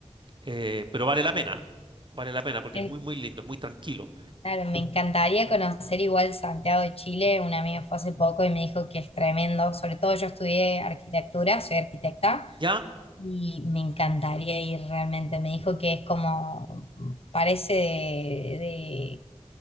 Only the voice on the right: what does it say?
Eh, pero vale la pena,
vale la pena porque
es muy, muy lindo, es muy tranquilo.
¿Ya?